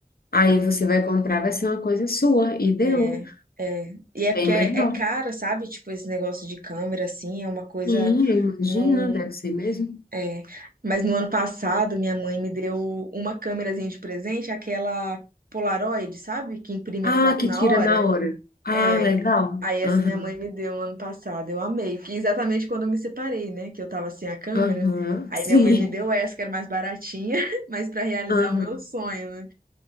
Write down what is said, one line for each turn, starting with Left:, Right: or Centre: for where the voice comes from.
Left: Aí você vai comprar, vai ser uma coisa sua e deu.
Right: É, é. E é porque
Left: Bem
Right: é,
Left: melhor.
Right: é caro, sabe? Tipo, esse negócio de câmera, assim, é uma coisa.
Left: Sim, eu imagino,
Right: Não,
Left: deve ser mesmo.
Right: é. Mas no ano passado, minha mãe me deu uma câmerazinha de presente, aquela Polaroid, sabe? Que imprime
Left: Ah,
Right: a foto
Left: que
Right: na
Left: tira
Right: hora.
Left: na hora. Ah,
Right: É.
Left: legal.
Right: Aí essa
Left: Aham.
Right: minha mãe me deu no ano passado. Eu amei. Que exatamente quando eu me separei, né? Que eu tava sem a câmera.
Left: Aham.
Right: Aí
Left: Sim.
Right: minha mãe me deu essa, que era mais baratinha, <laughs> mas pra realizar
Left: Aham.
Right: o meu sonho, né?